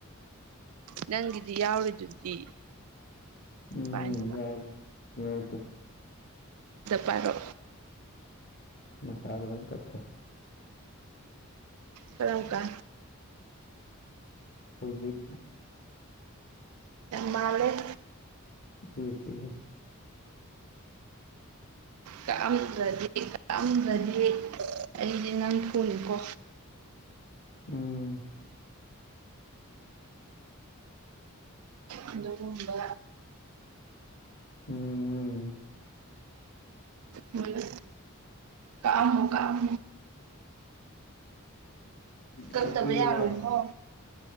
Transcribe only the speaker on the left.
ꯎꯝ
ꯌꯥꯎꯔꯦ ꯌꯥꯎꯗꯦ
ꯃꯁꯥꯒ ꯂꯪ ꯀꯈ
ꯍꯧꯖꯤꯛ
ꯁꯤ
ꯎꯝ
ꯎꯝꯝ
ꯀꯛꯄꯤꯔꯂꯥꯎ